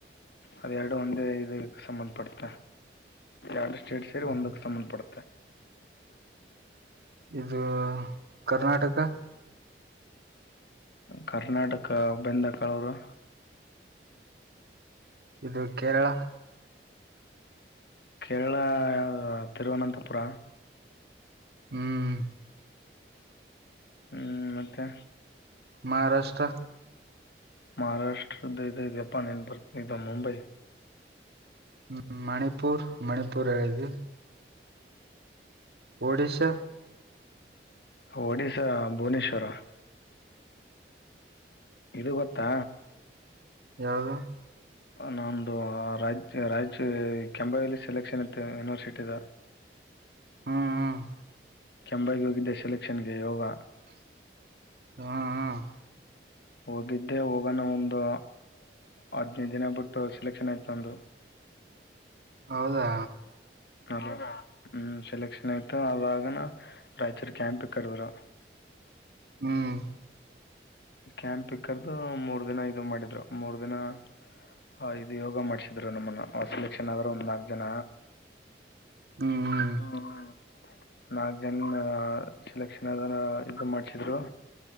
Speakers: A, on the left; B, on the right.
A: ಅದೆ ಎರಡು ಒಂದೇ ಇದ ಸಂಬಂಧ ಪಡ್ತ ಎಡು ಸ್ಟೇಟ್ ಸೇರಿ
B: ಹ್ಮ್.
A: ಒಂದಕ್ ಸಂಬಂಧ ಪಡುತ್ತೆ
B: ಇದು ಕರ್ನಾಟಕ
A: ಕರ್ನಾಟಕ ಬೆಂದಕಳವರು
B: ಇದು ಕೇರಳ
A: ಕೇರಳ ತಿರುವನಂತಪುರ
B: ಹ್ಮ್
A: ಹ್ಮ್ ಮತ್ತೆ
B: ಮಹಾರಾಷ್ಟ್ರ
A: ಮಹಾರಾಷ್ಟ್ರದ್ದ ಇದದುದೆ ಪಾನ ಏನು ಬರ್ತದು ಮುಂಬೈ
B: ್ಮ ಮಣಿಪೂರ್ ಮಣಿಪೂರ್ ಎಳದು ಒಡಶಾ
A: ಒಡಶಾ ಭುವನೇಶ್ವರ ಇದು ಗೊತ್ತಾ
B: ಯಾಗ
A: ನಮ್ಮದು ರಾಜ ರಾಜ ಕೆಂಬಾವಲಿ ಸೆಲೆಕ್ಷನ್ ಇತ್ತು ಯೂನಿವರ್ಸಿಟಿದ
B: ಹ್ಮ್ ಹ್ಮ್
A: ಕೆಂಬಾಗಿ ಹೋಗಿದ್ದೆ ಸೆಲೆಕ್ಷನ್ ಗೆ ಯೋಗ
B: ಹ್ಮ್ ಹ್ಮ್
A: ಹೋಗಿದ್ದೆ ಹೋಗೋಣ ಒಂದು ಹದ್ನೈದು ದಿನ ಬಿಟ್ಟು ಸೆಲೆಕ್ಷನ್ ಆಯ್ತು ನಂದು
B: ಹೌದಾ
A: ಅಲ್ಲ ಹ್ಮ್ ಸೆಲೆಕ್ಷನ್ ಆಯ್ತು ಅವಾಗನ ರಾಯಚೂರಿ ಕ್ಯಾಂಪ ಕಡದರು
B: ಹ್ಮ್
A: ಕ್ಯಾಂಪ್ ಪಿಕ್ಕರ್ದು ಮೂರ್ ದಿನ ಇದು ಮಾಡಿದ್ರು ಮೂರ್ ದಿನ ಹ ಇದು ಯೋಗ ಮಾಡ್ಸಿದ್ರು ನಮ್ಮನ್ನ ಸೆಲೆಕ್ಷನ್ ಆದ್ರ ಒಂದ ಜನ
B: ಹ್ಮ್ ಹ್ಮ್
A: ಹ್ಮ ನಾಕ್ ಜನ್ ಸೆಲೆಕ್ಷನ್ ಅದ ಇದು ಮಾಡ್ಸಿದ್ರು